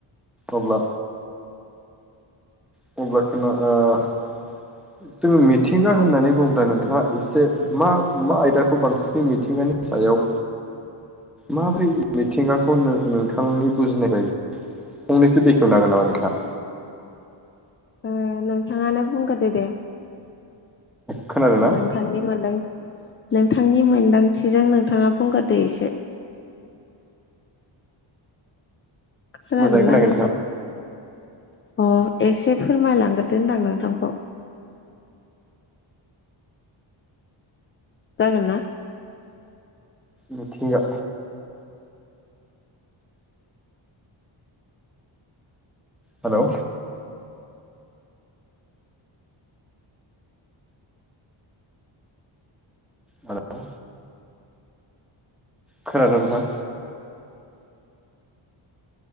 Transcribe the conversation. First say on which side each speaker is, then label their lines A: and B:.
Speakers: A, in the centre; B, on the left (about 25°).
A: अब्ला <unintelligible> ओ जोङो मिथिंगा होननानै बुंङोब्ला नोंथाङा एसे मा मा आयदाखौ बांसिनै मिथिंयो बिनि सायाव
B: <inaudible>
A: माब्रै मिथिंगाखौ नोंथांनि बुजिनाय बायदि फंनैसो बेखेवनो हागोन नामा नोंथाङा
B: ओ नोंथाङानो बुंग्रोदो दे
A: खोनादों ना
B: नोंथांनि मोनदां नोंथांनि मोनदांथिजों नों नोंथांङा बुंगोरदो एसे खोनादोंना
A: मोजाङै खोनायाखै
B: नोंथां अह एसे फोरमायलांगोरदो होनदां नोंथांखौ। जागोनना
A: मिथिंगा हेलौ हेलौ खोनादोंना नोंथां